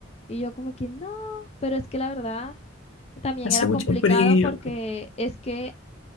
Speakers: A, on the left (about 30°); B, on the left (about 75°).
A: Y yo como que no, pero es que la verdad también
B: Hace
A: era
B: mucho
A: complicado
B: frío.
A: porque es que